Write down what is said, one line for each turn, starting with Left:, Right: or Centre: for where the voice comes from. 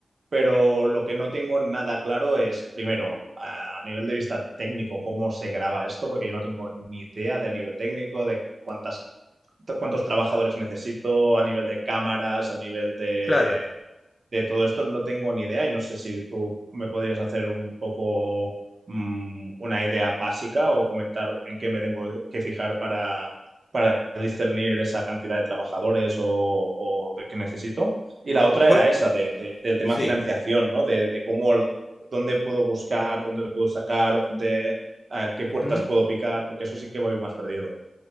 Right: pero lo que no tengo nada claro es, primero, a nivel de vista técnico, cómo se graba esto, porque yo no tengo ni idea de a nivel técnico, de cuántas, cuántos trabajadores necesito, a nivel de cámaras, a nivel de
Left: Claro.
Right: de todo esto no tengo ni idea y no sé si tú me podrías hacer un poco mm, una idea básica o comentar en qué me tengo que fijar para, para discernir esa cantidad de trabajadores o, o de que necesito. Y la otra
Left: Bue-
Right: era esa, de, de- del tema
Left: sí.
Right: financiación, ¿no? De, de cómo, dónde puedo buscar, dónde puedo sacar, dónde, eh, qué
Left: Ujú.
Right: puertas puedo picar, porque eso sí que voy más perdido.